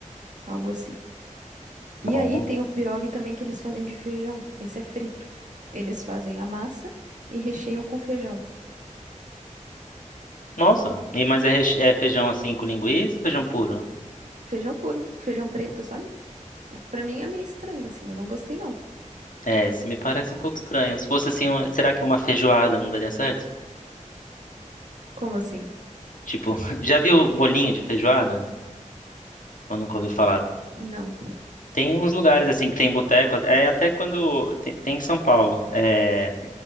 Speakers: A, on the right (about 70°); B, on the left (about 80°).
A: algo assim.
B: Bom.
A: E aí tem o pirogue também que eles fazem de feijão. Esse é frito. Eles fazem a massa e recheiam com feijão.
B: Nossa. E mas é, reche- é feijão assim com linguiça ou feijão puro?
A: Feijão puro, feijão preto, sabe? É, para mim é meio estranho assim, eu não gostei não.
B: É, se me parece um pouco estranho. Se fosse assim, um- será que uma feijoada não daria certo?
A: Como assim?
B: Tipo, <laughs> já viu bolinho de feijoada? Ou nunca ouviu falar
A: N- Não.
B: Tem uns lugares assim que tem boteco, é até quando tem, tem em São Paulo. É,